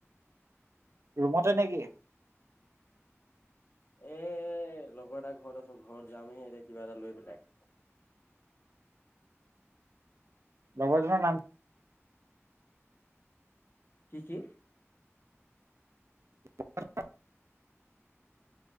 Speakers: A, on the right; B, on the left.
A: ৰুমতে নেকি।
B: এ লগৰ এটা ঘৰত আছোঁ ঘৰত যামহে এতিয়া কিবা এটা লৈ পেলাই
A: লগৰজনৰ নাম কি?
B: কি, কি?
A: <unintelligible>